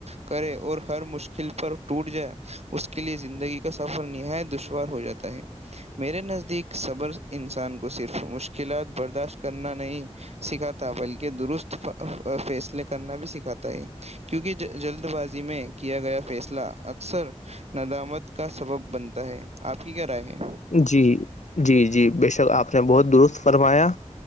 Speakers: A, on the right; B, on the left.
A: کرے اور ہر مشکل پر ٹوٹ جائے اس کے لیے زندگی کا سفر نہایت دشوار ہو جاتا ہے میرے نزدیک صبر انسان کو صرف مشکلات برداشت کرنا نہیں سکھاتا بلکہ درست فیصلے کرنا بھی سکھاتا ہے کیونکہ جلد بازی میں کیا گیا فیصلہ اکثر ندامت کا سبب بنتا ہے آپ کی کیا رائے ہے
B: جی جی جی بے شک آپ نے بہت درست فرمایا